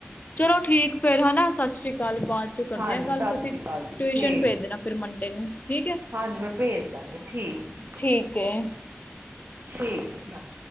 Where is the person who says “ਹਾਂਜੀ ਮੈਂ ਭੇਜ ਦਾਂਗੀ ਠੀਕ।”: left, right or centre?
Right